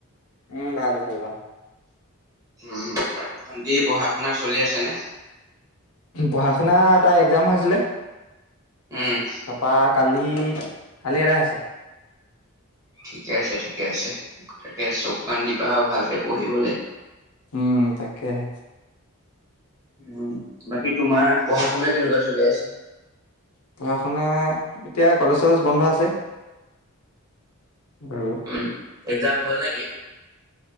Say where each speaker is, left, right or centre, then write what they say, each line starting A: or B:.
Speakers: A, on the left; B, on the right.
A: উম ভাল ভাল ভাল।
B: উম ভন্টি পঢ়া শুনা চলি আছে নে?
A: পঢ়া শুনা তাইৰ এক্সাম হৈছিলে।
B: উম
A: তাপা কালি কালি এদায় হৈছে।
B: ঠিকে আছে ঠিকে আছে তাকে চকু কাণ দিবা আৰু ভালকে পঢ়িবলে।
A: উম তাকেহে।
B: উম বাকী তোমাৰ পঢ়া শুনা কেনেকুৱা চলি আছে?
A: পঢ়া শুনা এতিয়া কলেজ কলেজ বন্ধ আছে। অ
B: উম এক্সাম হ'ল নেকি?